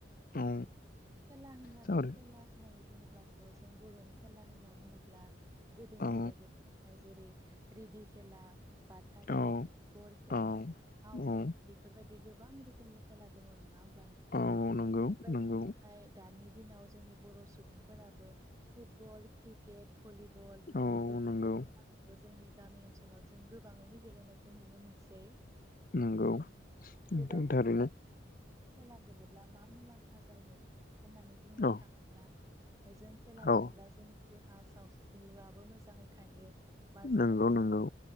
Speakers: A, on the left; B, on the right.
A: औ
B: खेला होननानै
A: सावराय
B: खेला होननानै बुङोब्लाथ' जों बर'नि खेला होनना बुङोब्ला गोदोनिफ्राय
A: औ
B: गेले नाय जेरै रेदि खेला बाथा खेला
A: औ
B: गर खेला
A: औ
B: हाव खेला
A: औ
B: बेफोरबायदि गोबां रोखोमनि खेला दङ नङा होमब्ला नोंथां
A: औ नंगौ
B: बेबायहाय
A: नंगौ
B: दानि दिनाव जोंनि बर' सुबुंफोराबो फुटबल क्रिक केट भलिबल
A: औ
B: बेफोरबायदि
A: नंगौ
B: खेलाखौबो जोंनि गामि ओनसोलाव जों गोबाङैनो गेलेनाय खौ नुनो मोनसै
A: नंगौ
B: बेबायदि
A: नोंथां थारैनो
B: <unintelligible> खेला गेलेब्ला मा मुलाम्फा जायो होननानै बुंनो
A: औ
B: थाङोब्ला जों खेला गेलेब्ला
A: औ
B: जोंनि देहा सावस्रिआबो मोजाङै थायो। बा जोङो
A: नंगौ नंगौ